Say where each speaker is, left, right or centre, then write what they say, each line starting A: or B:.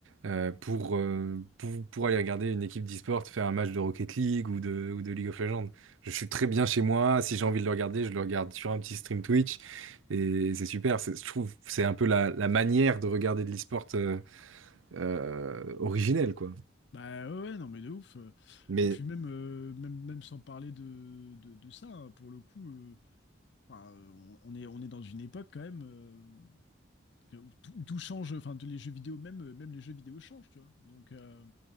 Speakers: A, on the right; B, on the left.
A: euh, pour, euh, pour, pour aller regarder une équipe d'e-sport faire un match de Rocket League ou de, ou de League of Legends. Je suis très bien chez moi. Si j'ai envie de le regarder, je le regarde sur un petit stream Twitch. Et c'est super. C'est- Je trouve que c'est un peu la, la manière de regarder de l'e-sport euh, euh, originelle, quoi.
B: Bah ouais, ouais, non mais de ouf. euh.
A: Mais
B: Et puis même, euh, même, même sans parler de, de, de ça, hein, pour le coup, euh, enfin, euh, on, on est, on est dans une époque quand même euh, que- où, tout, où tout change. Enfin, tous les jeux vidéo, même, euh, même les jeux vidéo changent, tu vois. Donc euh,